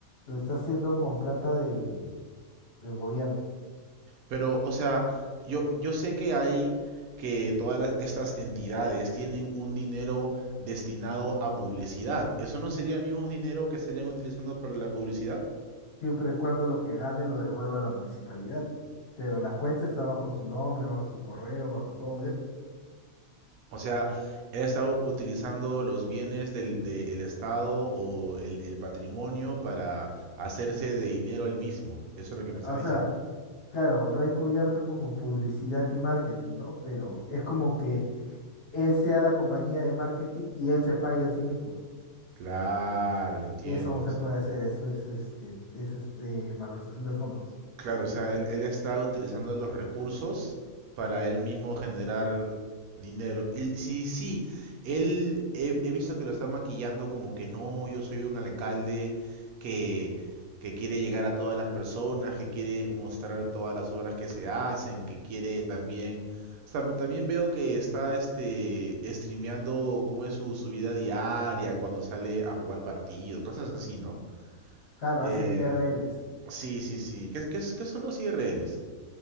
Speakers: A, on the left; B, on the right.
A: lo está haciendo con plata del, del gobierno,
B: Pero, o sea, yo, yo sé que hay que todas las- estas entidades tienen un dinero destinado a publicidad. ¿Eso no sería el mismo dinero que estarían utilizando para la publicidad?
A: siempre y cuando lo que gane lo devuelva a la municipalidad. Pero la cuenta está bajo su nombre, bajo su correo, bajo todo de él.
B: O sea, él está u- utilizando los bienes del, del Estado o el, el patrimonio para hacerse de dinero él mismo. Eso es lo que me estás
A: O
B: diciendo.
A: sea, Claro, lo ha encubierto como publicidad y marketing, ¿no? Pero es como que él sea la compañía de marketing y él se pague a sí mismo.
B: Claro, entiendo.
A: Eso no se puede hacer, eso es este, es este malversación de fondos.
B: Claro, o sea, él, él está utilizando los recursos para él mismo generar dinero. Y sí, sí, él he, he visto que lo está maquillando como que no, yo soy un alcalde que, que quiere llegar a todas las personas, que quiere mostrar todas las obras que se hacen, que quiere también... Tam- También veo que está este streameando cómo es su, su vida diaria, cuando sale a jugar partido, cosas así, ¿no?
A: Claro,
B: Eh,
A: hace IRLs.
B: Sí, sí, sí. ¿Qué, qué, qué son los IRLs?